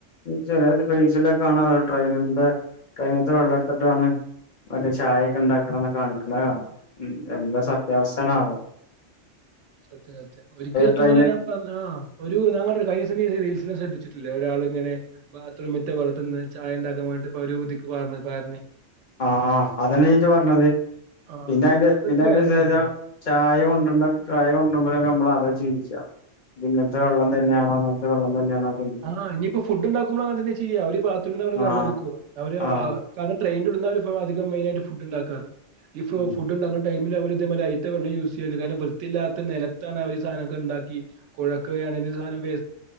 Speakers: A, on the left; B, on the right.
A: ചെല ട്രൈ അ ട്രെയിനിന്റെ ട്രെയിന വെള്ളെടുത്തിട്ടാണ് മറ്റേ ചായയൊക്കെ ഉണ്ടാക്കണംന്ന് കാണിക്കണ കാണാം എന്താ സത്യാവസ്ഥ ആവോ
B: സത്യം സത്യം ഒരിക്കല സത്യം
A: ട്രെയിന്
B: പറഞാ ആ ഒരു ഞ ഒരു കഴിഞ്ഞ ശദ്ധ വിട്ട ഒരാള ഇങ്ങനെ ബാത്റൂമത്തെ വള്ളത്തന്ന് ചായ ഇണ്ടാകമായിട്ട് അവര് പുതുക്കി പർന്നരെ
A: ആഹ് അതന്നെ ച്ച് പറഞ്ഞത്
B: ആ
A: പിന്നെ അതിന്റെ
B: അതൊക്കെ
A: പിന്നെ
B: വൈറലായിക്കുണു.
A: അതി വിച്ചാ ചായ കൊണ്ട ചായ കൊടുവരുമ്പോളൊക്കെനമ്മളതാ ചിന്തിക്കാ. ഇത് ഇങ്ങനത്തെ വെള്ളം തന്നെയണോ അങ്ങനത്തെ വെള്ളം തന്നെയാണോ ചിന്തിക്കും
B: ആഹ് ഇനിയിപ്പോ ഫുഡ്ണ്ടാക്കുമ്പോൾ അങ്ങനെ തന്നെയാ ചെയ്യ അവര് ബാത്റൂമിൽ നമ്മെ
A: ആഹ്
B: വെള്ള എടുക്ക അവര്
A: ആഹ്
B: ആ ട്രെയിനൽള്ളവർ ഇ അധിക മെയിന ആയി ഫുഡ്ണ്ടാക്കാറ് ഈ
A: ഉം
B: ഫുഡ് ഉണ്ടാക്കുന്ന ടൈമിൽ അവര് വെള്ളം യൂസ് ചെയ്യ കാരണം വൃത്തില്ലാത്ത നിലത്താണ് അവ ഒരു സാധനൊക്കെ ഉണ്ടാക്ക കുഴക്കുകണധനം ഇനി സാധനം വേ